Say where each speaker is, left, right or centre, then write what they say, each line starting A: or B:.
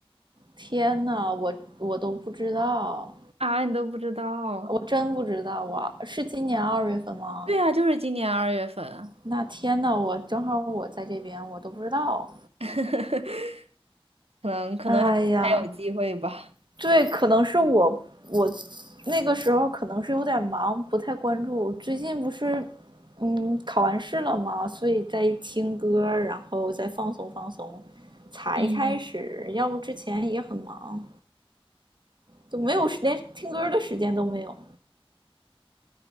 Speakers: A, on the right (about 50°); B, on the right (about 80°).
A: 天呐，我我都不知道。
B: <laughs> 啊，你都不知道，
A: 我真不知道啊，是今年二月份吗？
B: 对啊，就是今年二月份。
A: 那天呐，我正好我在这边，我都不知道。
B: <laughs> 可能可能还有机会吧。
A: 哎呀，对，可能是我我那个时候可能是有点忙，不太关注。最近不是嗯考完试了嘛，所以在听歌，然后再放松放松，才开始。
B: 嗯，
A: 要不之前也很忙，就没有时连听歌的时间都没有。